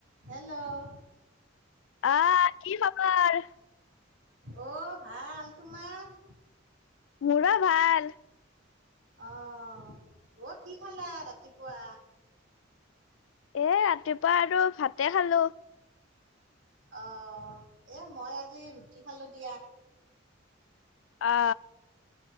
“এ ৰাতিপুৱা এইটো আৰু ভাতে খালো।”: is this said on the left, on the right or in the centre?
Left